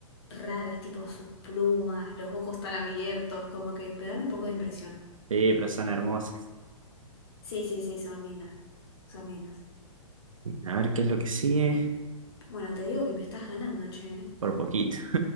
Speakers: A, on the left; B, on the right.
A: raras, tipo sus plumas, los ojos tan abiertos, como que me dan un poco de impresión.
B: Sí, pero son hermosas.
A: Sí, sí, sí, son lindas, son lindas.
B: A ver qué es lo que sigue,
A: Bien. Bueno, te digo que me estás ganando, che. ¿eh?
B: por poquito.